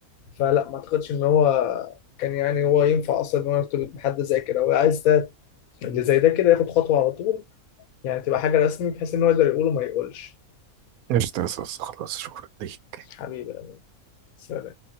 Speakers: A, on the left; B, on the right.
A: فلا ما اعتقدش ان هو كان يعني هو ينفع اصلا ان هو يرتبط بحد زي كده هو عايز ده اللي زي ده كده ياخد خطوة على طول يعني تبقى حاجة رسمي بحيث إن هو يقدر يقول وما يقولش
B: قشطة يا صوص خلاص شكرا ليك
A: حبيبي سلام